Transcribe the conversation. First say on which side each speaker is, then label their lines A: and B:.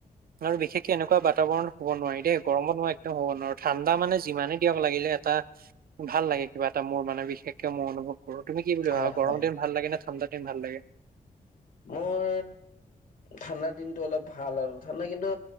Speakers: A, on the right; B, on the left.
A: আৰু বিশেষকে এনেকুৱা বাতাবৰণ শু'ব নোৱাৰি দেই গৰমত মই একদম হ'ব নোৱাৰো ঠাণ্ডা মানে যিমানে দিয়ক লাগিলে এটা ভাল লাগে কিবা এটা মোৰ মানে বিশেষকে মোৰ অনুভৱ তুমি কি
B: হয়
A: বুলি ভাবা
B: হয়
A: গৰম দিন ভাল লাগে নে ঠাণ্ডা দিন ভাল লাগে।
B: মোৰ ঠাণ্ডাৰ দিনটো অলপ ভাল আৰু ঠাণ্ডা কিন্তু